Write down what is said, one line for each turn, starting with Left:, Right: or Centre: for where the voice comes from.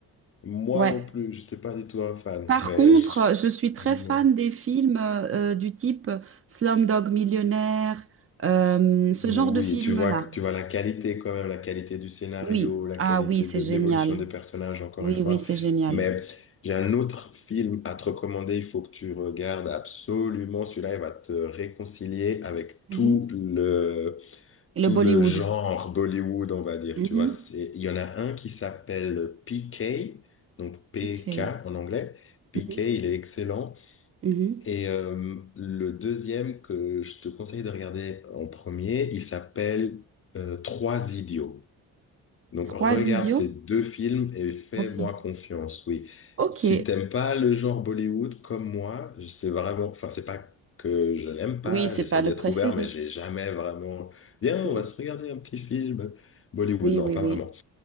Left: moi
Right: ouais.
Left: non plus, je n'étais pas du tout un fan,
Right: Par
Left: mais
Right: contre,
Left: je-
Right: euh, je suis très
Left: dis-moi.
Right: fan des films euh, euh, du type Slumdog Millionnaire, euh, ce
Left: Oui,
Right: genre de film-là.
Left: tu vois, tu vois la qualité quand même, la qualité du scénario,
Right: Oui.
Left: la
Right: Ah
Left: qualité
Right: oui, c'est
Left: de
Right: génial.
Left: l'évolution des personnages, encore
Right: Oui,
Left: une fois.
Right: oui, c'est génial.
Left: Mais j'ai un autre film à te recommander, il faut que tu regardes absolument. Celui-là, il va te réconcilier avec
Right: Mhm.
Left: tout le,
Right: Et
Left: tout
Right: le Bollywood.
Left: le genre Bollywood, on va dire.
Right: Mhm.
Left: Tu vois, c'est, il y en a un qui s'appelle PK, donc PK
Right: P K.
Left: en anglais. PK,
Right: Mhm.
Left: il est excellent.
Right: Mhm.
Left: Et euh, le deuxième que je te conseille de regarder en premier, il s'appelle euh, Trois idiots. Donc
Right: Trois
Left: regarde
Right: idiots?
Left: ces deux films et fais-moi
Right: Ok.
Left: confiance, oui.
Right: Ok.
Left: Si t'aimes pas le genre Bollywood comme moi, c'est vraiment, enfin c'est pas que je l'aime pas,
Right: Oui, c'est
Left: j'essaie
Right: pas le
Left: d'être
Right: préféré.
Left: ouvert, mais j'ai jamais vraiment. Viens,
Right: Oui.
Left: on va se regarder un petit film Bollywood,
Right: Oui,
Left: non,
Right: oui,
Left: pas
Right: oui.
Left: vraiment.